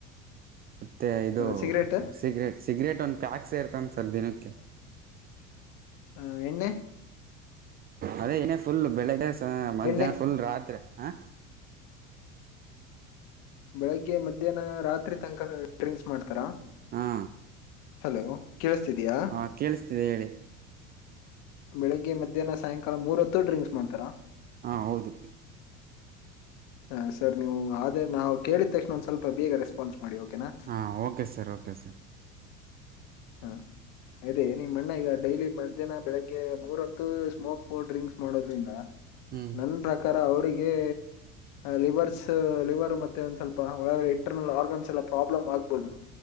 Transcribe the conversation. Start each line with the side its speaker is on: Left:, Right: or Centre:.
Right: ಮತ್ತೆ ಇದು
Left: ಸಿಗರೇಟ್
Right: ಸಿಗ್ರೆಟ್ ಸಿಗ್ರೆಟ್ ಒಂದ ಪ್ಯಾಕ್ ಸೇರ್ತನ ದಿನಕ್ಕೆ
Left: ಹಾ ಎಣ್ಣೆ
Right: ಅದೇ ನೇ ಫುಲ್ ಬೆಳಿಗ್ಗೆ ಮಧ್ಯ
Left: ಎಣ್ಣೆ
Right: ಫುಲ್ ರಾತ್ರಿ. ಆ
Left: ಬೆಳಿಗ್ಗೆ ಮಧ್ಯಾಹ್ನ ರಾತ್ರಿ ತನಕನೂ ಡ್ರಿಂಕ್ಸ್ ಮಾಡ್ತಾರಾ.
Right: ಹ್ಞಾ.
Left: ಹಲೋ. ಕೇಳಿಸ್ತಿದಯಾ
Right: ಹಾ ಕೇಳಿಸ್ತಿದೆ ಹೇಳಿ.
Left: ಬೆಳಿಗ್ಗೆ ಮಧ್ಯಾಹ್ನ ಸಾಯಂಕಾಲ ಮೂರ ಹತ್ತು ಡ್ರಿಂಕ್ಸ್ ಮಾಡ್ತಾರಾ.
Right: ಹ್ಞಾ ಹೌದು.
Left: ಅ ಸರ್ ನೀವು ಅದೇ ನಾವು ಕೇಳಿದ ತಕ್ಷಣ ಒಂದ್ ಸ್ವಲ್ಪ ಬೇಗ ರೆಸ್ಪಾನ್ಸ್ ಮಾಡಿ ಓಕೆನಾ
Right: ಹಾ ಓಕೆ ಸರ್ ಓಕೆ ಸರ್.
Left: ಹಾ ಅದೇ ನಿಮ್ ಅಣ್ಣ ಈಗ ಡೈಲಿ ಮಧ್ಯಾಹ್ನ ಬೆಳಿಗ್ಗೆ ಮೂರ್ ಹತ್ತು ಸ್ಮೋಕ್ ಡ್ರಿಂಕ್ಸ್ ಮಾಡೋದ್ರಿಂದ
Right: ಹ್ಞೂ
Left: ನನ್ ಪ್ರಕಾರ ಅವ್ರಿಗೆ ಲಿವರ್ಸ್ ಲಿವರ್ ಮತ್ತೆ ಒಂದ ಸ್ವಲ್ಪ ಒಲ್ಗಡೆ ಇಂಟರ್ನಲ್ ಆರ್ಗನ್ಸ್ ಎಲ್ಲಾ ಪ್ರಾಬ್ಲಮ್ ಆಗ್ಬೋದು.